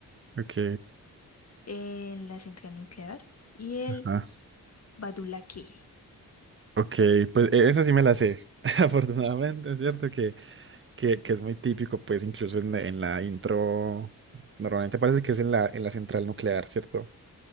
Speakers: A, on the right; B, on the left.
A: Ok,
B: en la central nuclear y el
A: ajá.
B: Badulaque.
A: Ok, pues e- esa sí me la sé. <laughs> Afortunadamente, es cierto que, que, que es muy típico, pues incluso en, la- en la intro, normalmente parece que es en la, en la central nuclear, ¿cierto?